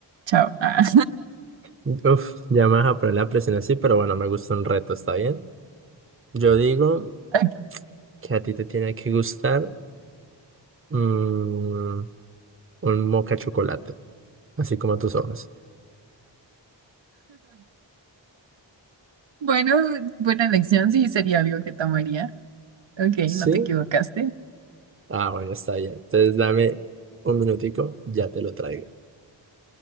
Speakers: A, on the right; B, on the right.
A: chao. Ah.
B: Uf, ya me vas a poner la presión así, pero bueno, me gusta un reto, ¿está bien? Yo digo
A: <laughs>
B: que a ti te tiene que gustar mm, un moca chocolate, así como tus ojos.
A: Bueno, buena elección, sí, sería algo que tomaría. Ok,
B: ¿Sí?
A: no te equivocaste.
B: Ah, bueno, está bien. Entonces dame un minutico, ya te lo traigo.